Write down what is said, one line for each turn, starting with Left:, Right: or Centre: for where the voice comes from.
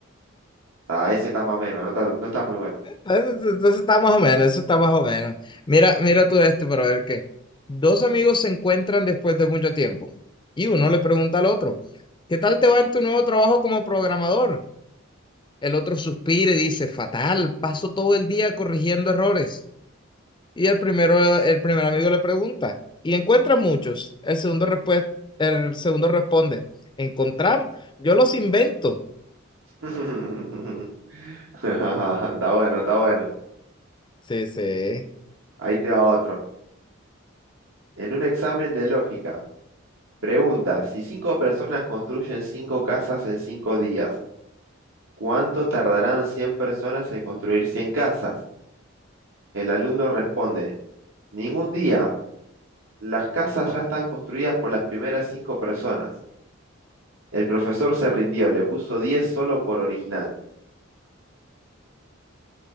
Right: Ah, ese está más o menos, no está, no está muy bueno.
Left: Entonces está más o menos, eso está más o menos. Mira, mira tú este para ver qué. Dos amigos se encuentran después de mucho tiempo y uno le pregunta al otro, ¿qué tal te va en tu nuevo trabajo como programador? El otro suspira y dice, fatal, paso todo el día corrigiendo errores. Y el primero, el primer amigo le pregunta, ¿y encuentras muchos? El segundo respue- el segundo responde, ¿encontrar? Yo los invento.
Right: <laughs> Está bueno, está bueno.
Left: Sí, sí.
Right: Ahí te va otro. En un examen de lógica, pregunta, si cinco personas construyen cinco casas en cinco días, ¿cuánto tardarán 100 personas en construir 100 casas? El alumno responde, ningún día. Las casas ya están construidas por las primeras cinco personas. El profesor se rindió, le puso 10 solo por original.